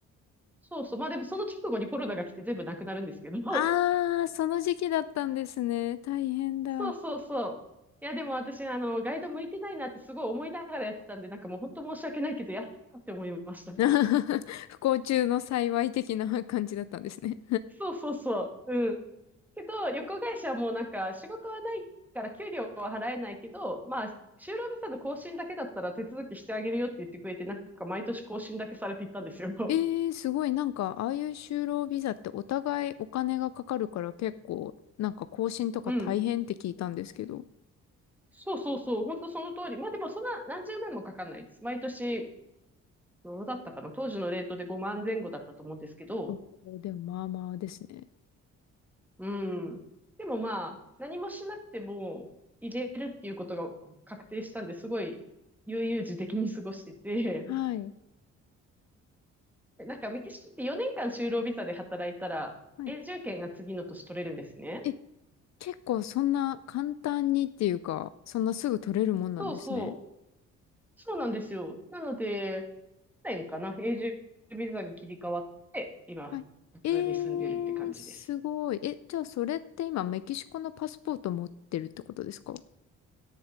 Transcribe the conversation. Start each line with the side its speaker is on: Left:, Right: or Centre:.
Centre: そうそう、まあでもその直後にコロナが来て全部なくなるんですけど、
Left: あー、その時期だったんですね。大変だ。
Centre: そうそうそう。いや、でも私、あの、ガイド向いてないなってすごい思いながらやってたんで、なんかもう本当申し訳ないけど、やったって思いました。
Left: <laughs> 不幸中の幸い的な感じだったんですね。
Centre: そうそうそう。うん。けど、旅行会社もなんか仕事はないから給料は払えないけど、まあ、就労ビザの更新だけだったら手続きしてあげるよって言ってくれて、なんか毎年更新だけされていったんですよ。<laughs>
Left: えーすごい。なんか、ああいう就労ビザってお互いお金がかかるから結構、なんか更新とか大変って聞いたんですけど。
Centre: うん。そうそうそう。本当その通り。まあでもそんな何十万もかかんないです。毎年、どうだったかな。当時のレートで5万前後だったと思うんですけど、
Left: おーでもまあまあですね。
Centre: うん。でもまあ、何もしなくても入れるっていうことが確定したんで、すごい悠々自適に過ごしてて、
Left: はい。
Centre: <laughs> でなんかメキシコって4年間就労ビザで働いたら、
Left: はい。
Centre: 永住権が次の年取れるんですね。
Left: え、結構そんな簡単にっていうか、そんなすぐ取れるもんなんですね。
Centre: そうそう。そうなんですよ。なので、去年かな、永住ビザに切り替わって、今、
Left: はい。
Centre: 普通に住んでるって感じです。
Left: えー、すごい。え、じゃあそれって今メキシコのパスポート持ってるってことですか